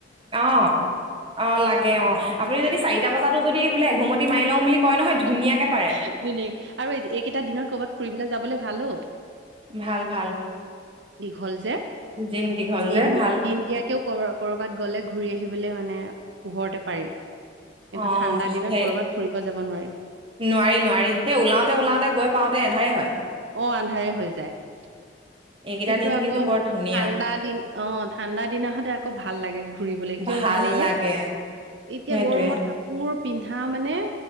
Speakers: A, on the right (about 30°); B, on the right (about 75°).
A: অ অ লাগে অ আপুনি যদি চাৰিটা বজাতো যদি বোলে এঘুমতি মাৰি লওঁ বুলি কয় নহয়
B: ধুনীয়া
A: ধুনীয়াকে পাৰে
B: কি আৰু এইকেইটা দিনত কৰ'বাত ফুৰিবলৈ যাবলৈ ভাল অ।
A: ভাল ভাল।
B: হল যে
A: দিন দীঘল
B: মানে দিন
A: যে ভাল
B: দিন দিয়াকেও কৰবৰক কৰবাত গ'লে ঘূৰি আহিবলৈ মানে পোহৰতে পাৰি। কিন্তু
A: অ
B: ঠাণ্ডা দিনত
A: সেই
B: কৰবাত ফুৰিব যাব নোৱাৰি।
A: নোৱাৰি নোৱাৰি সেই ওলাওতে ওলাওতে গৈ পাওঁতে এন্ধাৰেই হয়।
B: অ আন্ধাৰে হৈ যায়
A: এইকেইটা
B: কিন্তু
A: দিন
B: আকৌ
A: বৰ ধুনীয়া
B: ঠাণ্ডা দিন। অ ঠাণ্ডা দিনা হতে আকৌ ভাল লাগে ঘু- ফুৰিবলে কিয়
A: ভাল
B: জানানে এনে,
A: লাগে
B: এতিয়া
A: সেইটোৱে
B: গৰমত কাপোৰ পিন্ধা মানে